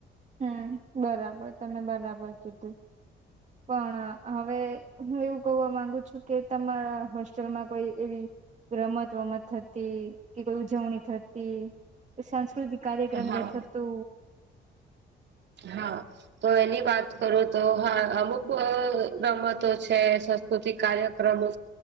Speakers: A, on the right; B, on the right.
A: હમ બરાબર તમે બરાબર જીધું. પણ હવે હું એવું કહવા માંગુ છું કે તમારા હોસ્ટેલમાં કોઈ એવી રમત વમત થતી કે કોઈ ઉજવણી થતી. સાંસ્કૃતિક કાર્યક્રમ
B: હા
A: ગયાથ તો.
B: હા તો એની વાત કરો તો હા અમુક રમતો છે સાસ્કૃતિક કાર્યક્રમો